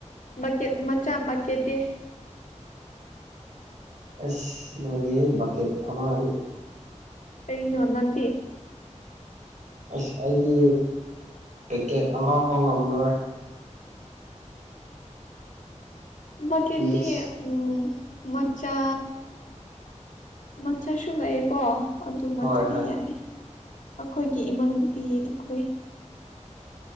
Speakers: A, on the left; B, on the right.
A: ꯕꯛꯀꯦꯠ ꯃꯆꯥ ꯕꯛꯀꯦꯠꯇꯤ
B: ꯑꯁ ꯂꯣꯢꯔꯦꯍꯦ ꯄꯥꯛꯀꯦꯠ ꯑꯃꯗꯤ
A: ꯀꯩꯅꯤ ꯅꯪꯗꯤ
B: ꯑꯁ ꯑꯩꯗꯤ ꯄꯦꯛꯀꯦꯠ ꯑꯃꯐꯥꯎ ꯉꯝꯃꯣꯏ
A: ꯄꯥꯛꯀꯦꯠꯇꯤ
B: ꯄꯤꯁ
A: ꯎꯝ ꯃꯆꯥ ꯃꯆꯥꯁꯨ ꯂꯩꯌꯦꯀꯣ ꯑꯗꯨ ꯃꯆꯥꯗꯤ
B: ꯍꯣꯏ ꯍꯣꯏ
A: ꯌꯥꯏ ꯑꯩꯈꯣꯏꯒꯤ ꯏꯃꯥꯅꯨꯄꯤ ꯑꯩꯈꯣꯏ